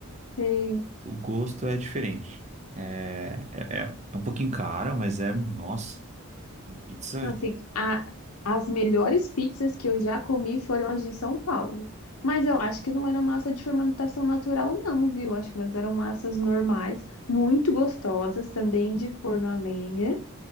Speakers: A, on the left (about 80°); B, on the right (about 30°).
A: sei.
B: O gosto é diferente. É, é, é um pouquinho caro, mas é. Nossa, pizza.
A: Assim, a- as melhores pizzas que eu já comi foram as de São Paulo. Mas eu acho que não era massa de fermentação natural, não, viu? Acho que elas eram massas normais, muito gostosas, também de forno a lenha.